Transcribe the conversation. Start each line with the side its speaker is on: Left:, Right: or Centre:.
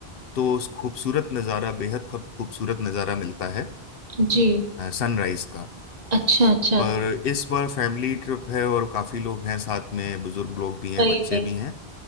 Left: तो उस खूबसूरत नज़ारा बेहद खूब- खूबसूरत नज़ारा मिलता है
Right: जी
Left: सनराइज का
Right: अच्छा अच्छा
Left: पर इस बार फैमिली ट्रिप है और काफ़ी लोग हैं साथ में बुजुर्ग लोग भी हैं
Right: सही
Left: बच्चे
Right: में
Left: भी हैं